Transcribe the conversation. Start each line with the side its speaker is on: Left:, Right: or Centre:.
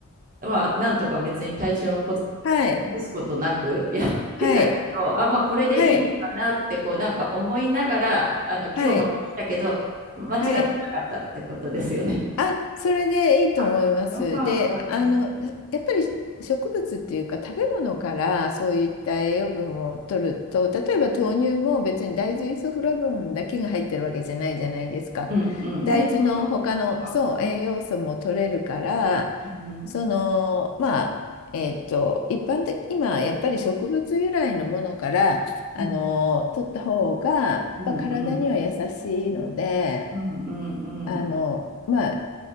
Right: えまあ、なんとか別に体調はこず
Left: はい。
Right: 崩すことなく <laughs> やってたけど、
Left: はい。
Right: あ、まあ、これでいいのかなってこうなんか思いながら、
Left: はい。
Right: あの今日もで来たけど、
Left: はい。
Right: 間違ってなかったってことですよね。
Left: はい。あ、それでいいと思います。
Right: あ、よかったです。
Left: で、あの、やっぱり植物っていうか食べ物からそういった栄養分を取ると、例えば豆乳も別に大豆イソフラボンだけが入ってるわけじゃないじゃないですか。
Right: うん、うん、
Left: 大豆の他の、
Right: ね、タンパク質とか。
Left: そう、
Right: うん、
Left: 栄養素も取れるから、
Right: うん、
Left: そのまあえっと一般的今やっぱり植物由来のものからあの取った方がやっぱ体には優しいので
Right: うん、うん、うん、うん、うん、
Left: あのまあ
Right: な